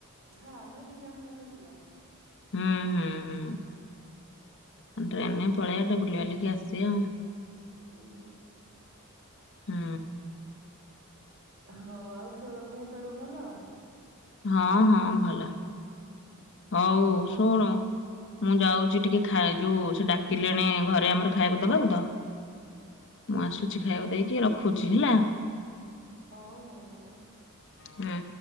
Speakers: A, on the right; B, on the left.
A: ହଁ ଆମେ ଦି ଜଣ ନହଲେ ଯିବା।
B: ହୁଁ ହୁଁ ହୁଁ ଟ୍ରେନ ପଳେଇବା ଟିକେ ବୁଲିବାଲି କେ ଆସିଆ
A: ହୁଁ ଉଁ
B: ହୁଁ
A: ହଉ ଆଉ ସ ବୁତୋର ଭଲ
B: ହଁ ହଁ ଭଲ ହଉ ଶୁଣ
A: ହଁ
B: ମୁଁ
A: ହୁଁ
B: ଯାଉଛି ଟିକେ ଖା ଖା ଯୋଉ ସେ ଡାକିଲେଣି ଘରେ ଆମର ଖାଇବାକୁ ଦବାକୁ ତ । ମୁଁ ଆସୁଛି
A: ହୁଁ।
B: ଖାଇବାକୁ ଦେଇଚି ରଖୁଛି ହେଲା ।
A: ହଉ ହଉ ହଉ ର
B: ହୁଁ।